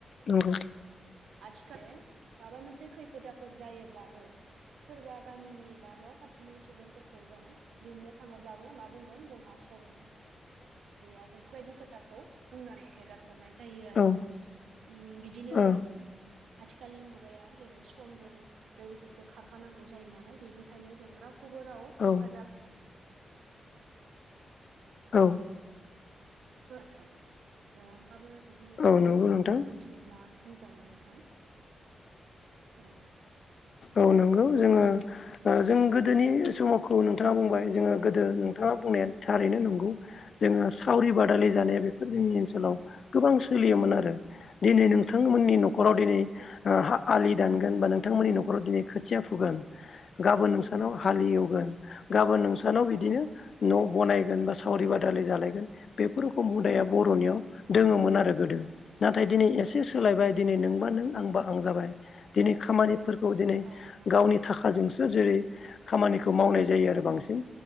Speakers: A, on the left; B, on the right.
A: औ।
B: आथिखाल <unintelligible> माबा मोनसे खैफोद आफोद जायोब्लाबो सोरबा गामिनि बा न' खाथिनि सुबुंफोरखौ जों लिंनो थाङोब्लाबो मा बुंगोन जोंहा सम गैया जों बेफोरबायदि खोथाखौ बुंनानै हेगारहर नाय जायो आरो।
A: औ
B: उम बिदिनो
A: औ
B: आथिखालनि मुगाया जेरै समजों लोगोसेसो खारफानांगौ जायो नालाय बेनिखायनो जों रावखौबो राव
A: औ
B: हेफाजाब
A: औ।
B: होआथां ओ नोंथांआबो जुदि माबाफोर
A: नंगौ नोंथां
B: मोन्थि योब्ला बुंजागोन नोंथां औ।
A: औ नोंगौ जोङो ओ जों गोदोनि समावखौ नोंथाङा बुंबाय जोङो गोदो नोंथाङा बुंनाया थारैनो नंगौ। जोङो सावरि बादालि जानाया बेफोर जोंनि ओनसोलाव गोबां सोलियोमोन आरो। दिनै नोंथांमोननि न'खराव दिनै।
B: हेल'
A: आलि दानगोन, बा नोंथांमोननि न'खराव दिनै खोथिया फुगोन, गाबोन नों नाव
B: औ
A: हालएवगोन गाबोन नोंसानाव बिदिनो
B: औ
A: न' बानायगोन बा सावरि बादालि जालायगोन बेफोर रखम हुदाया
B: औ
A: बर'नियाव दोङोमोन आरो गोदो नाथाय दिनै एसे सोलायबाय दिनै नोंबा नों आंबा आं जाबाय दिनै खामानिफोरखौ दिनै
B: औ नंगौ
A: गावनि थाखाजोंसो जेरै- खामानिखौ मावनाय जायो आरो बांसिन।